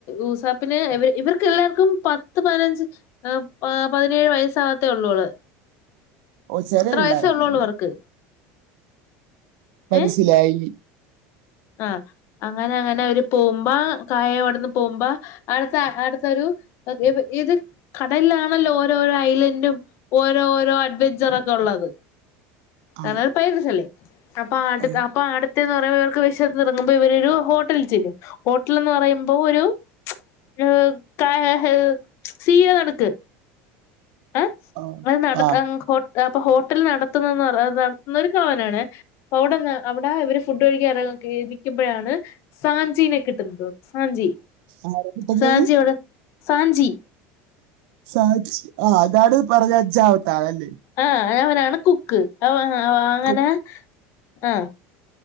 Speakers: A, on the left; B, on the right.
A: ഉസാപ്പിന് ഇവര് ഇവർക്ക് എല്ലാർക്കും പത്ത് പതിനഞ്ച് ആ പതിനേഴ് വയസ്സാവത്തേ ഒള്ളൂ അവള്
B: ഓ ചെറിയ
A: അത്ര
B: പിള്ളേരാണല്ലേ
A: വയസ്സേ ഒള്ളോള്ളൂ അവർക്ക്
B: മനസ്സിലായി
A: ഏഹ് ആഹ് അങ്ങനെ അങ്ങനെ അവര് പോവുമ്പ കായോവിട്ന്ന് പോമ്പ അടുത്ത അടുത്തോരു ഇത് കടലിലാണല്ലോ ഓരോരോ ഐലൻഡും ഓരോ ഓരോ അഡ്വെഞ്ചറോക്കെ ഒള്ളത് കാരണം
B: ആണ്
A: പൈലസല്ലേ അപ്പാടു
B: ഉം.
A: അപ്പ അടുത്തെന്ന് പറയുമ്പോ ഇവർക്ക് ചെന്നിറങ്ങുമ്പോ ഇവരോരു ഹോട്ടലി ചെല്ലും ഹോട്ടൽ എന്ന് പറയുമ്പോ ഒരു <unintelligible> സീയ കണക്ക് ഏയ്
B: ഓ
A: അത് നടത്ത
B: ആ
A: <unintelligible> ഹോ അപ്പ ഹോട്ടൽ നടത്തുന്നെന്ന് പറ നടത്തുന്നത് ഓനാണേ അപ്പവിടെന്നന്ന് അവടാ ഇവര് ഫുഡ് കഴിക്കാ എറ നിക്കുമ്പോഴാണ് സാഞ്ചീനെ കിട്ടുന്നത് സാഞ്ചി
B: ആരാ കിട്ടുന്നത്
A: സാഞ്ചിയോട് സാഞ്ചി
B: സാഞ്ചി ആ അതാണ് പറഞ്ഞ അഞ്ചാമത്തെ ആളല്ലേ
A: ആഹ് അവനാണ് കുക്ക് അവ അവ അങ്ങനെ
B: കു-
A: ആഹ്